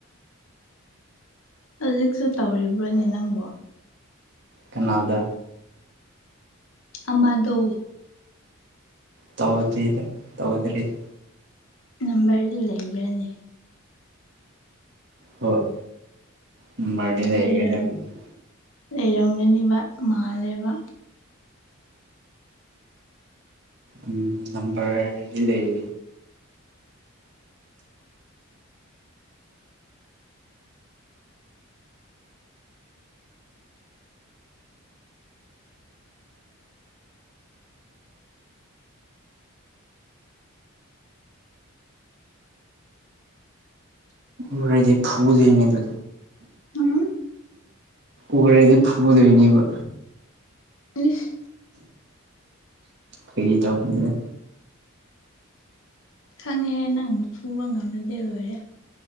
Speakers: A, on the left; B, on the right.
A: ꯍꯧꯖꯤꯛꯁꯨ ꯇꯧꯔꯤꯕ꯭ꯔꯅꯦ ꯅꯪꯕꯣ
B: ꯀꯅꯥꯗ
A: ꯑꯃꯗꯣ
B: ꯇꯧꯗꯦꯗ ꯇꯧꯗ꯭ꯔꯤꯗ
A: ꯅꯝꯕꯔꯗꯤ ꯂꯩꯕ꯭ꯔꯅꯦ
B: ꯍꯣꯏ ꯅꯝꯕ꯭ꯔꯗꯤ ꯂꯩꯔꯦꯗ
A: ꯂꯩꯔꯝ
B: ꯍꯧꯖꯤꯛ
A: ꯂꯩꯔꯝꯒꯅꯤꯕ ꯃꯥꯜꯂꯦꯕ
B: ꯎꯝ ꯅꯝꯕ꯭ꯔꯗꯤ ꯂꯩ ꯎꯔꯗꯤ ꯐꯨꯗꯣꯏꯅꯤ ꯑꯗꯨ
A: ꯎꯝ
B: ꯎꯔꯗꯤ ꯐꯨꯗꯣꯏꯅꯦꯕ
A: ꯏꯁ
B: ꯐꯒꯤ ꯇꯧꯕꯅꯤꯗ
A: ꯈꯪꯉꯦꯍꯦ ꯅꯪ ꯐꯨꯕ ꯉꯝꯔꯗꯤ ꯂꯣꯏꯔꯦ